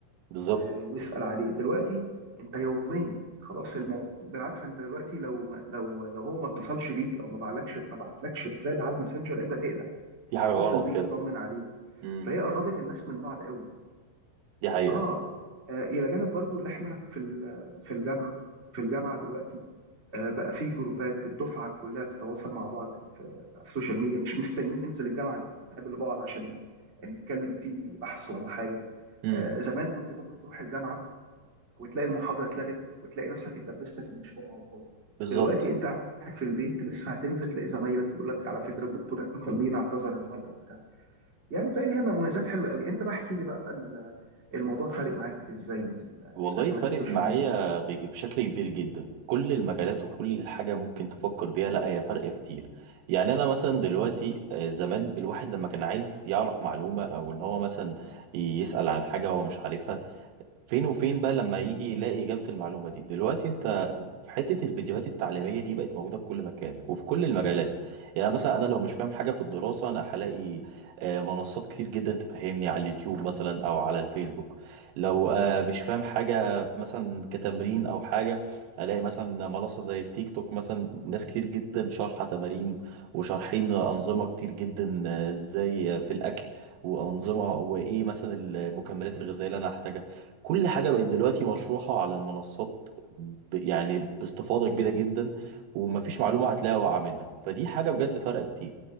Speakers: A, on the right; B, on the right.
A: بالظبط
B: آه، ويسأل عليه دلوقتي انت يوميا خلاص الموضوع بالعكس انت دلوقتي لو ما لو لو هو ما اتصلش بيك او ما بعتلكش ما بعتلكش رساله على الماسنجر انت تقلق
A: في حاجة
B: هتتصل
A: غلط
B: بيه
A: كده
B: تطمن عليه
A: امم
B: فهي قربت الناس من بعض قوي
A: دي حقيقة
B: اه, آه الى جانب برضو اللي احنا في ال- في الجامعه في الجامعه دلوقتي آه بقى في جروبات الدفعه كلها بتتواصل مع بعض في على السوشيال ميديا مش مستنيين ننزل الجامعه نقابل بعض عشان نتكلم في بحث ولا حاجه
A: امم
B: آه زمان كنت ممكن تروح الجامعه وتلاقي المحاضره اتلغت وتلاقي نفسك اتدبست في المشوار على الفاضي
A: بالظبط
B: دلوقتي انت قاعد في البيت لسه هتنزل تلاقي زمايلك يقول لك على فكره الدكتور اتصل بينا اعتذر النهارده وبتاع يعني فاهم هي مميزات حلوه قوي انت بقى احكي لي بقى ال- الموضوع فارق معاك ازاي في ال-
A: والله
B: استخدامات
A: فارق
B: السوشيال
A: معايا
B: ميديا
A: بيج- بشكل كبير جدا كل المجالات وكل حاجة ممكن تفكر بيها لا هي فارقة كتير يعني انا مثلا دلوقتي آه، زمان الواحد لما كان عايز يعرف معلومة او ان هو مثلا يسأل عن حاجة هو مش عارفها فين وفين بقى لما يجي يلاقي إجابة المعلومة دي دلوقتي انت حتة الفيديوهات التعليمية دي بقت موجودة في كل مكان وفي كل المجالات يعني مثلا أنا لو مش فاهم حاجة في الدراسة أنا هلاقي آه، منصات كتير جدا تفهمني على اليوتيوب مثلا أو على الفيسبوك لو آه، مش فاهم حاجة مثلا كتمرين أو حاجة ألاقي مثلا منصة زي التيك توك مثلا ناس كتير جدا شارحة تمارين وشارحين أنظمة كتير جدا آه، إزاي في الأكل وأنظمة وإيه مثلا المكملات الغذائية اللي أنا هحتاجها كل حاجة بقت دلوقتي مشروحة على المنصات ب- يعني باستفاضة كبيرة جدا ومفيش معلومة هتلاقيها واقعة منك فدي حاجة بجد فرق كتير